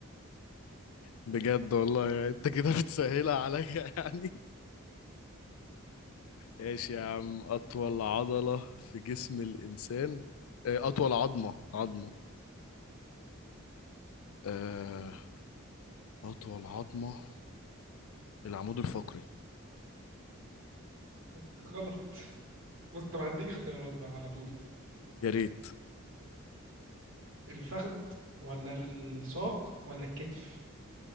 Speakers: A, on the left (about 75°); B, on the right (about 70°).
A: بجد والله يعني انت كده بتسهلها عليا <laughs> يعني ايش يا عم اطول عضلة في جسم الانسان آه، اطول عظمة عظمة آه، اطول عظمة العمود الفقري
B: <laughs> غلط بص طب هديك اختيارات بقى على طول
A: يا ريت
B: الفخذ ولا الساق ولا الكتف